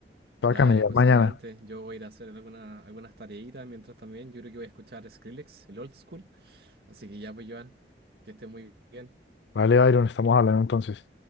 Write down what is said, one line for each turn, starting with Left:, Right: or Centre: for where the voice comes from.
Left: para
Right: Dale,
Left: a camellar
Right: pues
Left: mañana.
Right: adelante. Yo voy a ir a hacer alguna, algunas tareitas mientras también. Yo creo que voy a escuchar Skrillex, el old school. Así que ya, pues, Joan, que esté muy bien.
Left: Vale, Byron, estamos hablando entonces.